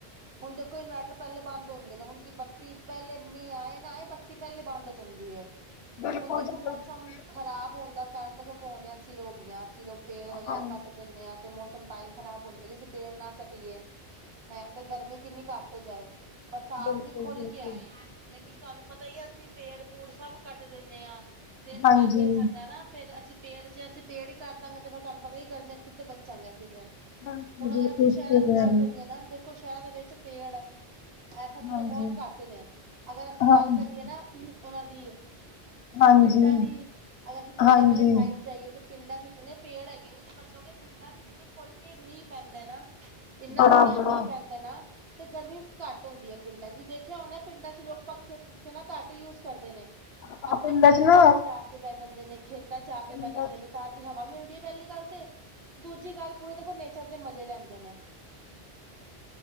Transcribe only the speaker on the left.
ਬਿਲਕੁਲ
ਜੀ ਬਿਲਕੁਲ
ਹਾਂ
ਬਿਲਕੁਲ
ਬਿਲਕੁਲ
ਹਾਂਜੀ
ਬਿਲਕੁਲ
ਬਿਲਕੁਲ
ਸਹੀ
ਕਹਿ
ਰਹੇ ਹੋ
ਹਾਂਜੀ
ਹਾਂਜੀ,
ਹਾਂਜੀ,
ਹਾਂਜੀ
ਬੜਾ,
ਬੜਾ
ਆਪਾਂ
ਪਿੰਡਾਂ
ਚ ਨਾ
ਪਿੰਡਾਂ
ਚ